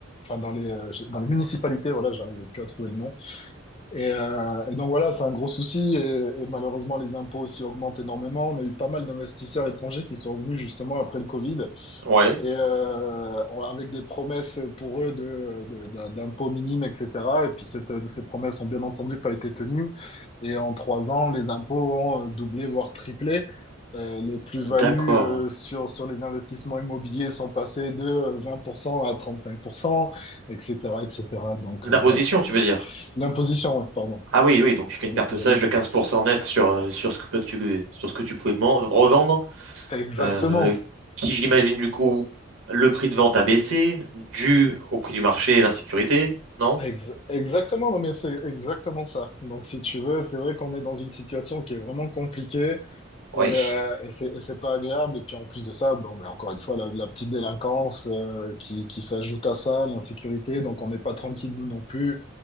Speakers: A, on the left; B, on the right.
A: enfin dans les euh, dans les municipalités. Voilà, j'arrivais plus à trouver le nom. Et, euh, et donc voilà, c'est un gros souci et, et malheureusement les impôts aussi augmentent énormément. On a eu pas mal d'investisseurs étrangers qui sont venus justement après le Covid
B: Ouais.
A: et euh, on- avec des promesses pour eux de, de- d'un d'impôts minimes, etc. Et puis cette- ces promesses ont bien entendu pas été tenues. Et en trois ans, les impôts ont euh, doublé, voire triplé. Euh, les plus-values
B: d'accord.
A: euh, sur, sur les investissements immobiliers sont passées de euh, 20% à 35%, etc., etc. Donc
B: L'imposition,
A: euh, voilà, c'est
B: tu
A: euh,
B: veux dire?
A: l'imposition, ouais, pardon,
B: Ah oui, oui, donc tu
A: sur
B: fais une
A: les
B: perte
A: plus-values.
B: sage
A: Donc.
B: de 15% net sur, euh, sur ce que tu, sur ce que tu pouvais man- revendre,
A: Exactement.
B: euh, qui, j'imagine, du coup, le prix de vente a baissé, dû au prix du marché et l'insécurité, non?
A: Ex- exactement, non mais c'est exactement ça. Donc si tu veux, c'est vrai qu'on est dans une situation qui est vraiment compliquée
B: Oui,
A: et, euh, et c'est et c'est pas agréable. Et puis en plus de ça, bon, mais encore une fois, la, la petite délinquance euh, qui, qui s'ajoute à ça, l'insécurité, donc on n'est pas tranquille nous non plus.